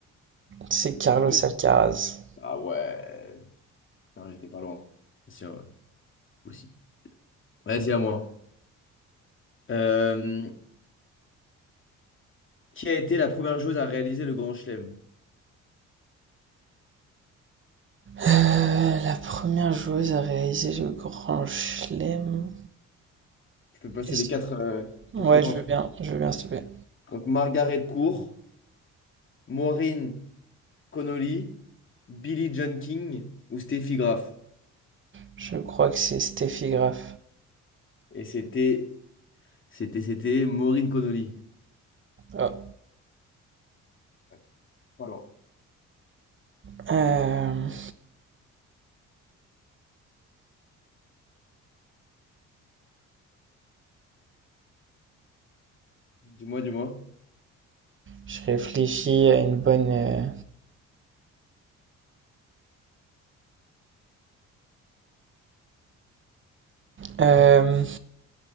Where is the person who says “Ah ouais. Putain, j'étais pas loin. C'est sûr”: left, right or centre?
Left